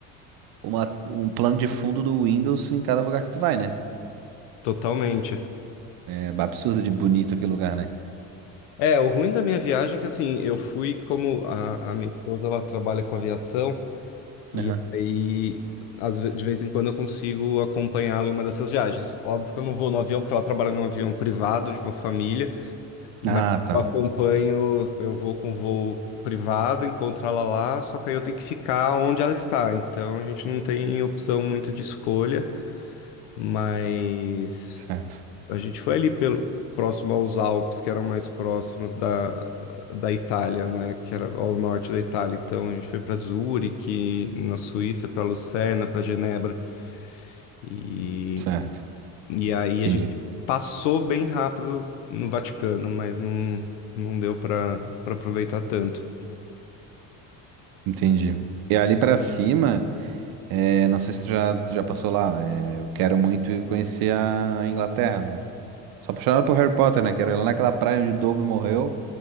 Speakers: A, on the right; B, on the left.
A: uma, um plano de fundo do Windows em cada lugar que tu vai, né?
B: totalmente.
A: É absurdo de bonito aquele lugar, né?
B: É, o ruim da minha viagem é que assim, eu fui como a, a minha esposa ela trabalha com aviação. E
A: Aham.
B: aí, às ve- de vez em quando eu consigo acompanhá-la em uma dessas viagens. Óbvio que eu não vou no avião, porque ela trabalha num avião privado de uma família, mas
A: Ah, tá.
B: eu acompanho, eu vou com voo privado, encontro ela lá, só que aí eu tenho que ficar onde ela está. Então a gente não tem opção muito de escolha, mas.
A: Certo.
B: A gente foi ali pelo, próximo aos Alpes, que eram mais próximos da, da Itália, né? Que era ao norte da Itália. Então a gente foi para Zurique, na Suíça, para Lucerna, para Genebra. E,
A: Certo.
B: e aí
A: Entendi.
B: a gente passou bem rápido no Vaticano, mas não, não deu para para aproveitar tanto.
A: Entendi. E ali pra cima, é, não sei se tu já, tu já passou lá. é, eu quero muito ir conhecer a Inglaterra, mano. Sou apaixonado por Harry Potter, né? Quero ir lá naquela praia onde Dobby morreu,